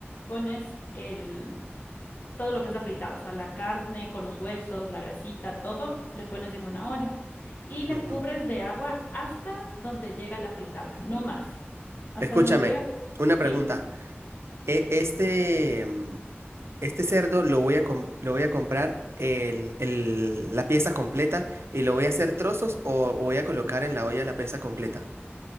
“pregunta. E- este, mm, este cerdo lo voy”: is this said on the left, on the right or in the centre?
Right